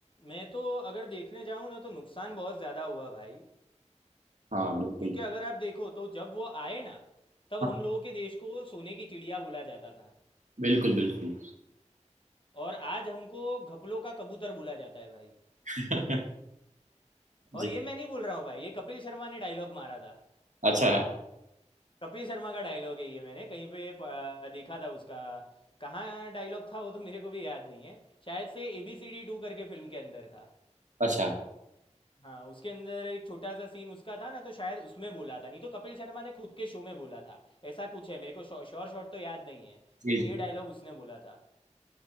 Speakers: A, on the left; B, on the right.
A: मैं तो अगर देखने जाऊँ ना तो नुकसान बहुत ज़्यादा हुआ भाई
B: हाँ बिल्कुल
A: क्योंकि अगर आप देखो तो जब वो आए ना तब
B: हाँ
A: हम लोगों के देश को सोने की चिड़िया बोला जाता था
B: बिल्कुल बिल्कुल
A: और आज हमको घपलों का कबूतर बोला जाता है भाई
B: <laughs>
A: और
B: जी
A: ये मैं नहीं बोल रहा हूँ भाई ये कपिल शर्मा ने डायलॉग मारा था
B: अच्छा
A: कपिल शर्मा का डायलॉग है ये मैंने कहीं पे अ, देखा था उसका कहाँ डायलॉग था वो तो मेरे को भी याद नहीं है शायद से एबीसीडी टू करके फिल्म के अंदर था
B: अच्छा
A: हाँ उसके अंदर एक छोटा सा सीन उसका था ना तो शायद उसमें बोला था नहीं तो कपिल शर्मा ने खुद के शो में बोला था ऐसा कुछ है मेरे को श्योर शॉट तो याद नहीं है
B: जी
A: लेकिन
B: जी
A: ये डायलॉग उसने बोला था